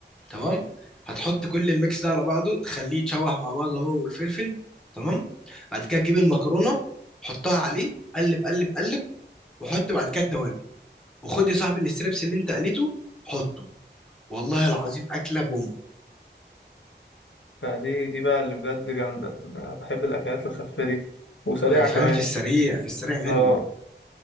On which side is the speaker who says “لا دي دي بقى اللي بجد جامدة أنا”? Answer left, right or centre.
Left